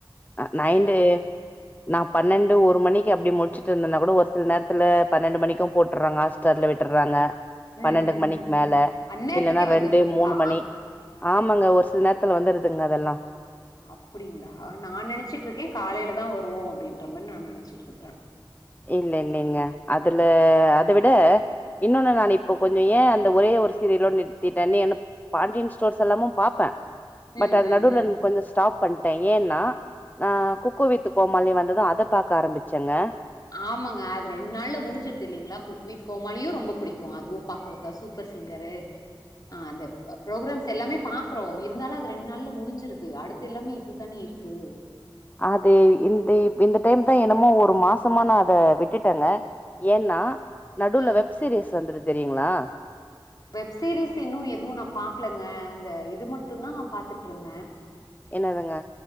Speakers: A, on the left (about 20°); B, on the left (about 50°).
A: நைண்டு நா பன்னெண்டு ஒரு மணி க்கி அப்டி முழுச்சுட்ருந்தனா கூட ஒரு சில நேரத்துல பன்னெண்டு மணிக்கு போட்டுர்றாங்க ஹாட்ஸ்டார்ல விட்டுர்றாங்க
B: ம்
A: பன்னெண்டு
B: ம்
A: மணிக்
B: ம்
A: மேல
B: அந்நேரத்துக்கே
A: இல்லன்னா
B: வந்துருதுங்களா?
A: ரெண்டு மூணு மணி ஆமாங்க ஒரு சில நேரத்துல வந்துரு துங்க அதெல்லா
B: அப்புடிங்ளா நா நெனச்சுட்ருக்கே காலைலதா வருவொ அப்டின்ற மா நா நெனச்சுட்ருக்குறே
A: இல்லஇல்லெங்க அதுல அத விட இன்னொன்னு
B: ம்
A: நான் இப்ப கொஞ்ச ஏ அந்த ஒரே ஒரு சீரியலோட் நிறத்திட்டன் நி என்ன பாண்டியன் ஸ்டோர்ஸ் எல்லாமு பாப்பே பட்
B: ம்
A: அது
B: ம்
A: நடுவ்லன் கொஞ்ச ஸ்டாப் பண்ட்டே ஏன்னா ஆ
B: ம்.
A: குக்கு வித் து கோமாளி வந்தது அத பாக்க ஆரம்பிச்செங்க
B: ஆமாங்க அது ரெண் நாள்ல முடுஞ்சிருது இல்லிங்ளா குக்வித் கோமாளியு ரொம்ப புடிக்கு அதுவு பாக்றதுதா சூப்பர் சிங்கரு ஆ அது ப்ரோகிராம்ஸ் ஸ் எல்லாமே பாக்குறோ இருந்தாலு அது ரெண் நாள் முடுஞ்சுருது அடுத்தெல்லாமே இதுதானெ இருக்கு
A: அது இந்த இப் இந்த டைம் தா என்னமோ ஒரு மாசமா நா அத விட்டுட்டேங்க ஏன்னா
B: அ,
A: நடுல்ல
B: அ.
A: வெப் சீரீஸ் வந்துரு தெரியுங்களா
B: வெப்சீரிஸ் இன்னு எதுவு நா பாக்கலங்க இந்த இது மட்டுந்தா பாத்துட்ருந்தே
A: என்னதுங்க